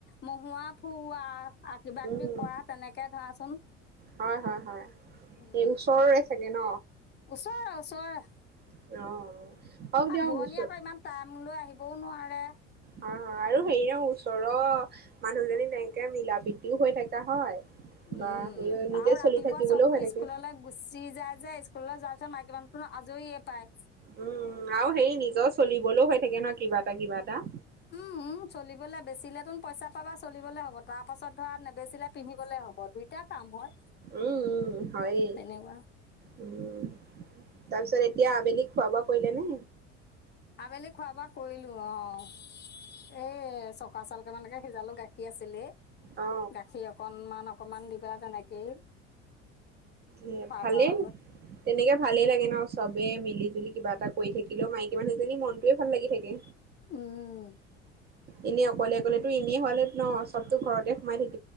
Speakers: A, on the left (about 30°); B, on the right (about 30°).
A: মহুৱা ফুৰোৱা আৰু কিবা-
B: উম
A: কিবি কৰা তেনেকে ধৰাচোন
B: হয় হয় হয়
A: উম।
B: এই ওচৰৰে চাগে ন
A: ওচৰা -ওচৰা
B: অ' হওক
A: অ'
B: দিয়ক
A: দোৱনি
B: ওচৰ
A: আকৌ ইমান টাইম লৈ আহিবও নোৱাৰে
B: হয় -হয় আৰু হেৰি ন ওচৰৰ মানুহজনী তেনেকে মিলা প্ৰতিও হৈ থকা হয়। বা
A: উম
B: হেৰি নিজে
A: আৰু ৰাতিপুৱা
B: চলি থাকিবলৈও
A: চববোৰ
B: হৈ থাকে।
A: স্কুললৈ গুচি যায়। যায় স্কুললৈ যোৱাৰ পিছত মাইকী মানুতো আজৰিয় পায়।
B: উম আৰু সেই নিজৰ চলিবলৈও হয় থাকে ন' কিবা এটা কিবা এটা
A: উম উম চলিবলৈ বেচিলেতোন পইচা পাবা চলিবলে হ'ব তাৰ পাছত ধৰা নেবেচিলে পিন্ধিবলে হ'ব দুইটা কাম হয়।
B: উম-উম, হয়
A: তেনেকুৱা
B: উম', তাৰপিছত এতিয়া আবেলিক খোৱা বোৱা কৰিলে নে?
A: আবেলি খোৱা বোৱা কৰিলোঁ অ', <inaudible> এই চকা চাউল কেইটামানকে সিজালো গাখীৰ আছিলে
B: অ
A: গাখীৰ অকনমান অকণমান দিবা তেনেকেই
B: এই
A: খোৱা
B: ভালে
A: বোৱা হৈ গ'ল
B: তেনেকে ভালে লাগে ন' চবে মিলি জুলি কিবা এটা কৰি থাকিলেও মাইক <unintelligible> যে মনটোৱে ভাল লাগি থাকে।
A: উম
B: এনেই অকলে অকলে তো এনেই হলে ন' চবতো ঘৰতে সোমাই থাকি